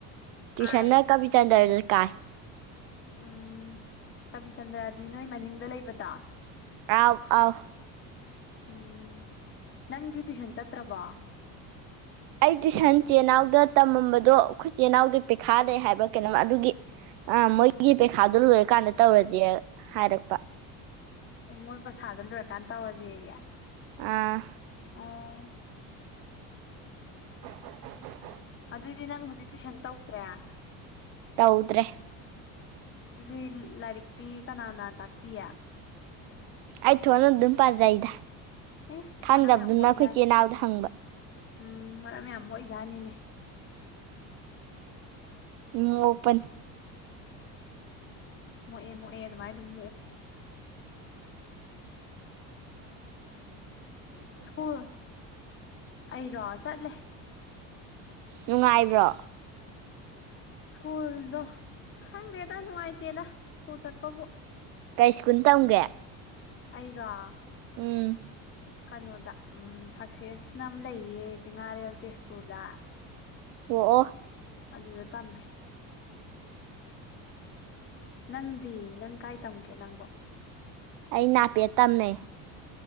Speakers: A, on the right; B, on the left.
A: ꯇꯨꯏꯁꯟꯅ
B: ꯑꯥꯏꯠ
A: ꯀꯕꯤꯆꯟꯗ꯭ꯔ ꯀꯥꯏ
B: ꯎꯝ ꯀꯕꯤꯆꯟꯗ꯭ꯔꯗꯤ ꯅꯣꯏ ꯃꯅꯤꯡꯗ ꯂꯩꯕꯗ
A: ꯑꯥꯎ ꯑꯥꯎ
B: ꯎꯝ ꯅꯪꯗꯤ ꯇꯨꯏꯁꯟ ꯆꯠꯇ꯭ꯔꯕꯣ
A: ꯑꯩ ꯇꯨꯏꯁꯟ ꯆꯦ ꯅꯥꯎꯗ ꯇꯝꯃꯝꯕꯗꯣ ꯑꯩꯈꯣꯏꯆꯦ ꯏꯅꯥꯎꯗ ꯄꯤꯈꯥ ꯂꯩꯦ ꯍꯥꯏꯕ ꯀꯩꯅꯣ ꯑꯗꯨꯒꯤ ꯑꯥ ꯃꯣꯏꯒꯤ ꯄꯩꯈꯥꯗꯨꯣ ꯂꯣꯏꯔꯀꯥꯟꯗ ꯇꯧꯔꯁꯦ ꯍꯥꯏꯔꯛꯄ
B: ꯑꯣ ꯃꯣꯏ ꯄꯩꯈꯥꯗ ꯂꯣꯏꯔꯀꯥꯟꯗ ꯇꯧꯔꯁꯦꯌꯦ
A: ꯑꯥ
B: ꯑꯣ
A: <unintelligible>
B: ꯑꯗꯨꯑꯣꯏꯗꯤ ꯅꯪ ꯍꯧꯖꯤꯛ ꯇꯨꯏꯁꯟ ꯇꯧꯗ꯭ꯔꯦ
A: ꯇꯧꯗ꯭ꯔꯦ
B: ꯑꯗꯨꯗꯤ ꯂꯥꯏꯔꯤꯛꯇꯤ ꯀꯅꯥꯅ ꯇꯥꯛꯄꯤ
A: ꯑꯩ ꯊꯣꯟꯅ ꯑꯗꯨꯝ ꯄꯥꯖꯩꯗ
B: ꯑꯩꯁ
A: ꯈꯪꯗꯕꯗꯨꯅ
B: ꯃꯔꯝ ꯌꯥꯝ ꯃꯣꯛꯏꯖꯥꯠ
A: ꯑꯩꯈꯣꯏꯆꯦ ꯏꯅꯥꯎꯗ ꯍꯪꯕ
B: ꯎꯝ ꯃꯔꯝ ꯌꯥꯝ ꯃ ꯑꯣꯏꯖꯥꯠꯅꯤꯅꯦ
A: ꯃꯣꯛꯄꯅꯤ
B: ꯃꯣꯛꯑꯦ ꯃꯣꯛꯑꯦ ꯑꯗꯨꯃꯥꯏꯅ ꯑꯗꯨꯝ ꯃꯣꯛꯑꯣ
A: ꯎꯝ
B: ꯁ꯭ꯀꯨꯜ ꯑꯩꯔꯣ ꯆꯠꯂꯦ
A: ꯅꯨꯡꯉꯥꯏꯕ꯭ꯔꯣ
B: ꯁ꯭ꯀꯨꯜꯗꯣ ꯈꯪꯗꯦꯗ ꯅꯨꯡꯉꯥꯏꯇꯦꯗ ꯁ꯭ꯀꯨꯜ ꯆꯠꯄꯕꯨ
A: ꯀꯩ ꯁꯀꯨꯟ ꯇꯝꯒꯦ
B: ꯑꯩꯔꯥ
A: ꯎꯝ
B: ꯀꯩꯅꯣꯗ ꯎꯝ ꯁꯛꯁꯦꯁꯅ ꯑꯃ ꯂꯩꯌꯦ ꯆꯤꯉꯥꯔꯦꯜ ꯇꯦꯖꯄꯨꯔꯗ
A: ꯑꯣ ꯑꯣ
B: ꯑꯗꯨꯗ ꯇꯝꯃꯦ ꯅꯪꯗꯤ ꯅꯪ ꯀꯥꯏ ꯇꯝꯒꯦ ꯅꯪꯕꯣ
A: ꯑꯩ ꯅꯥꯄꯦꯠ ꯇꯝꯃꯦ